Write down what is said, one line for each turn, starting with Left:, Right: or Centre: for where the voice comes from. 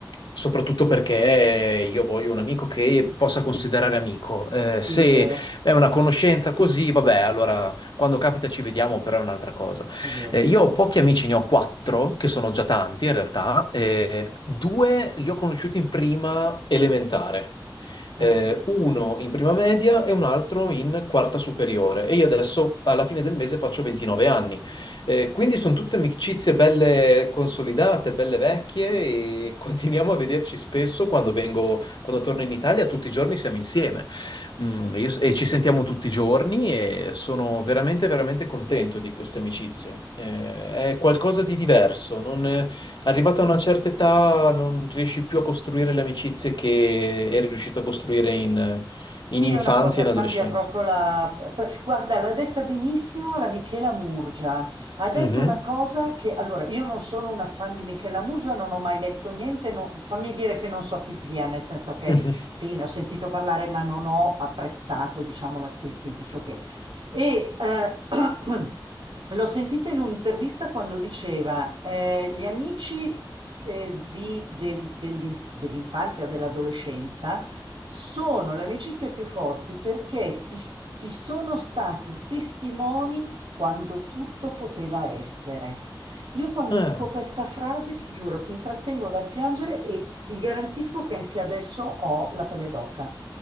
Left: soprattutto perché io voglio un amico che possa considerare amico. Eh,
Right: Sì,
Left: se
Right: è vero,
Left: è una conoscenza così, vabbè, allora quando capita ci vediamo, però è un'altra cosa.
Right: è vero.
Left: Eh, io ho pochi amici, ne ho quattro, che sono già tanti in realtà, eh, due li ho conosciuti in prima elementare
Right: Eh,
Left: eh,
Right: vedi.
Left: uno in prima media e un altro in quarta superiore. E io adesso alla fine del mese faccio 29 anni. Eh, quindi sono tutte amicizie belle consolidate, belle vecchie e <laughs> continuiamo a vederci spesso quando vengo, quando torno in Italia, tutti i giorni siamo insieme. Mm, io- e ci
Right: Eh.
Left: sentiamo tutti i giorni e sono veramente, veramente contento di queste amicizie. Eh, è qualcosa di diverso, non, Arrivato a una certa età non riesci più a costruire le amicizie che eri riuscito a costruire in,
Right: Sì,
Left: in infanzia
Right: è una cosa,
Left: e in
Right: cambia
Left: adolescenza.
Right: proprio la... pr- Guarda, l'ha detta benissimo la Michela Murgia. Ha detto
Left: Mhm,
Right: una cosa che... Allora, io non sono una fan di Michela Murgia, non ho mai letto niente, non- fammi dire che non so chi sia, nel senso che
Left: mhm.
Right: sì, ne ho sentito parlare, ma non ho apprezzato, diciamo, la scrittrice, ok. E eh, <clears throat> l'ho sentita in un'intervista quando diceva, eh, gli amici eh, di- del- dell'inf- dell'infanzia, dell'adolescenza, sono le amicizie più forti perché ti, ti sono stati testimoni quando tutto poteva essere. Io quando
Left: Ah,
Right: dico questa frase, ti giuro, mi trattengo dal piangere e ti garantisco che anche adesso ho la pelle d'oca.